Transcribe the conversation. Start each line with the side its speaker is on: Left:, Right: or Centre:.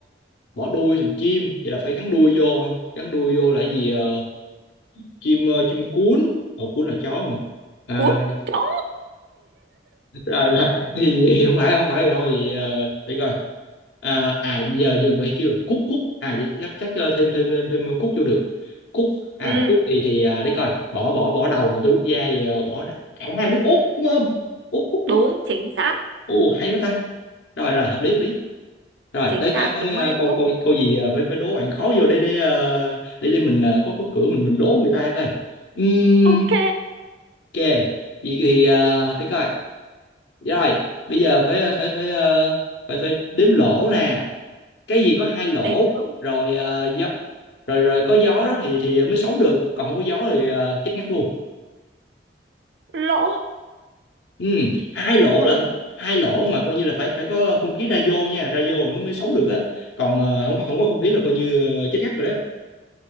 Left: bỏ đuôi thành chim vậy là phải gắn đuôi vô hả gắn đuôi vô là gì ờ, chim ờ, chim cuốn ở cuốn là chó mà À,
Right: cút chó
Left: rồi rồi <laughs> thì, thì không phải không phải thì thôi thì, ờ, để coi à, à giờ dừng coi kêu được cút cút à vậy chắc chắc ờ, thêm thêm thêm thêm cút vô được cút à
Right: ừ.
Left: cút thì thì à, để coi bỏ bỏ bỏ đầu thành tôi quốc gia thì ờ, bỏ ra à nước Úc đúng không Úc Úc Úc
Right: đúng chính xác
Left: ồ hay quá ta rồi rồi hợp lý hợp lý rồi
Right: chính
Left: tới
Right: xác
Left: tới tới
Right: đúng
Left: ờ,
Right: rồi đấy,
Left: câu
Right: cúc
Left: câu câu gì ờ, phải phải đố bạn khó vô để để ờ, để để mình ờ, có có cửa mình mình đố người ta coi Ừm,
Right: ok
Left: ok vậy thì ờ, để coi Rồi, bây giờ phải ờ, phải phải ờ, phải phải đếm lỗ nè. Cái gì có hai lỗ
Right: đếm lỗ
Left: rồi ờ, gió rồi rồi có gió đó thì thì mới sống được, còn không có gió thì ờ, chết ngắt luôn.
Right: lỗ
Left: Ừ, hai lỗ lận, hai lỗ mà coi như là phải phải có không khí ra vô nha, ra vô mới mới sống được á. Còn ờ, không có không có không khí là coi như ờ, chết ngắt rồi đó.